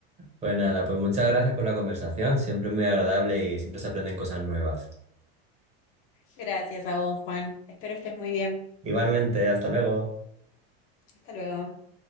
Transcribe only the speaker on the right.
Pues nada, pues muchas gracias por la conversación. Siempre muy agradable y siempre se aprenden cosas nuevas.
Igualmente, hasta luego.